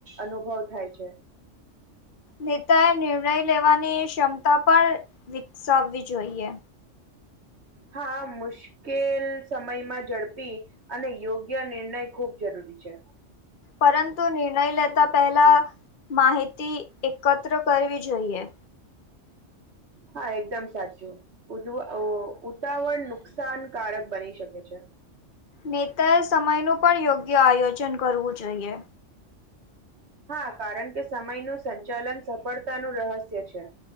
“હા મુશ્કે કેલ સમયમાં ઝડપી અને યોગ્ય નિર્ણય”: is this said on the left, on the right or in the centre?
Right